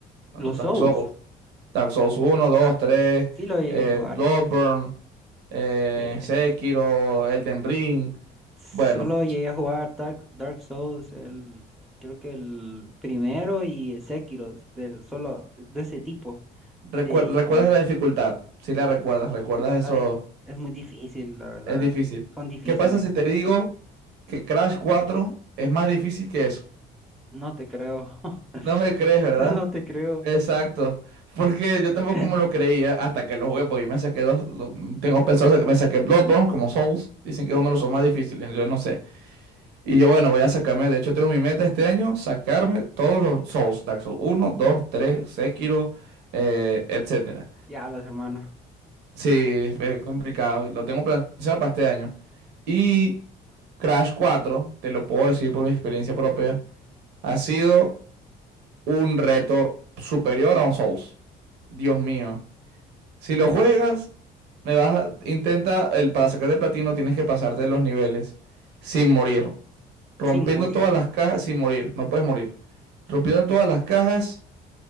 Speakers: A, on the right (about 80°); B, in the centre.
A: los
B: Los
A: Dark
B: Souls.
A: Souls, Dark Souls uno dos
B: Ah,
A: tres
B: sí lo llegué
A: eh,
B: a jugar.
A: Bloodborne, eh,
B: Eh,
A: Sekiro, Elden Ring,
B: solo
A: bueno.
B: llegué a jugar Dark, Dark Souls, el, creo que el primero y el Sekiro, del, solo de ese tipo.
A: Recuer-
B: De ahí
A: ¿Recuerdas
B: ya no.
A: la dificultad? Si la recuerdas, recuerdas
B: La
A: eso,
B: di- es muy difícil, la verdad.
A: es difícil.
B: Son difíciles.
A: ¿Qué pasa si te digo que Crash cuatro es más difícil que eso?
B: No te creo. <laughs>
A: No me crees, ¿verdad?
B: No te creo.
A: Exacto. Porque yo tampoco
B: <laughs>
A: me lo creía hasta que lo jugué, porque yo me saqué dos, lo- tengo pensado, que me saqué Bloodborne como Souls, dicen que es uno de los más difíciles, yo no sé. Y yo bueno, voy a sacarme, de hecho tengo mi meta este año, sacarme todos los Souls, Dark Souls uno dos tres Sekiro, eh, etcétera.
B: Ya, los hermanos.
A: Sí, es complicado. Lo tengo planeado para este año. Y Crash cuatro te lo puedo decir por mi experiencia propia, ha sido un reto superior a un Souls. Dios mío. Si lo juegas, me vas a- intenta el para sacar de platino tienes que pasarte los niveles sin morir, rompiendo
B: Sin morir.
A: todas las cajas sin morir, no puedes morir. Rompiendo todas las cajas